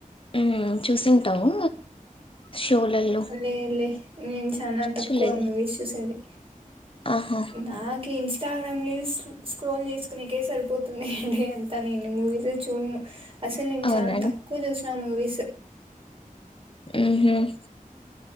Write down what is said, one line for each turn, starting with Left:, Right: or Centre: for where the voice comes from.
Left: మ్మ్ చూసింటావు. షోలలో
Right: లేద్లే నేను చానా తక్కువ
Left: చూడలేదా
Right: మూవీస్ చూసేది.
Left: ఆహా
Right: నాకి ఇన్స్ న్స్టాగ్రామ్ రీల్స్ స్క్రోల్ చేసుకునికే సరిపోతుంది. డే అంతా నేను మూవీస్ ఏ చూడ్ను అసలు నేను
Left: అవునా
Right: చానా తక్కువ చూసిన మూవీస్.
Left: ఉమ్ హ్మ్